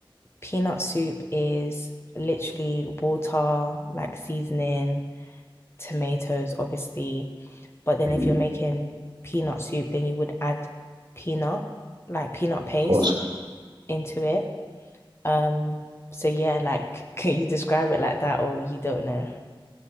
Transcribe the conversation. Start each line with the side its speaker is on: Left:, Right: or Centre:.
Left: peanut soup is literally water, like seasoning, tomatoes, obviously. But then
Right: mm,
Left: if you're making peanut soup, then you would add peanut, like peanut paste
Right: of course.
Left: into it. Um, so yeah, like, <laughs> can you describe it like that, or you don't know?